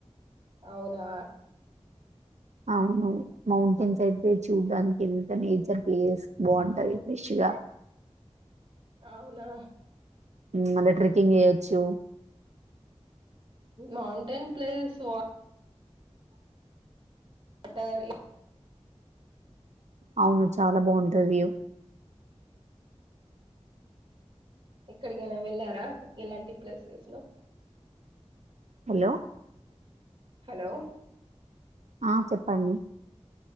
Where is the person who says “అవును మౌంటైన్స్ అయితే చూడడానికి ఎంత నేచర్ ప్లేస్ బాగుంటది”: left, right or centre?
Right